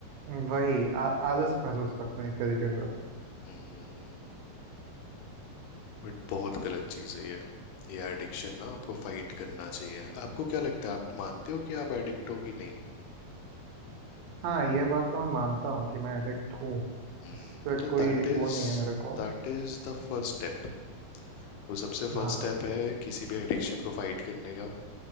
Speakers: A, on the right (about 75°); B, on the left (about 85°).
A: हम्म, वही आ, आलस महसूस करते हैं एक तरीके से
B: हम्म बट बहुत गलत चीज़ है ये ये एडिक्शन ना आपको फाइट करना चाहिए आपको क्या लगता है आप मानते हो कि आप एडिक्ट हो कि नहीं
A: हाँ ये बात तो मैं मानता हूँ कि मैं एडिक्ट हूँ
B: हम्म
A: इससे
B: तो
A: कोई
B: that is
A: वो नहीं है मेरे को
B: that is the first step वो सबसे
A: हाँ
B: फर्स्ट स्टेप है किसी भी एडिक्शन को फाइट करने का